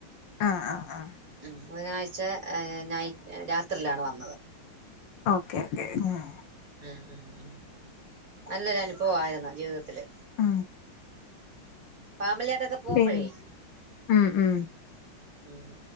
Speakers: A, on the left; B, on the right.
A: ആഹ് ആഹ് ആഹ്
B: ഉം ബുധനാഴ്ച നൈറ്റ് രാത്രിയിലാണ് വന്നത്.
A: ഓക്കേ ഓക്കേ ആഹ്
B: ഉം ഉം നല്ലൊരു അനുഭവായിരുന്നു ജീവിതത്തില്
A: ആ
B: ഫാമിലിയായിട്ടൊക്കെ പോകുമ്പോഴേ
A: പിന്നെ ഉ ഉ
B: ഉം